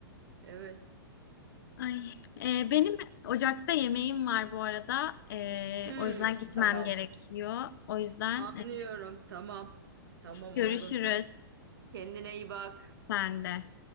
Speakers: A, on the right (about 65°); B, on the left (about 60°).
A: evet.
B: Ay, e, benim ocakta yemeğim var bu arada. E,
A: Hmm,
B: o yüzden gitmem
A: tamam.
B: gerekiyor. O yüzden
A: Anlıyorum.
B: e,
A: Tamam. Tamam
B: görüşürüz
A: oldu. Kendine iyi bak.
B: sen de.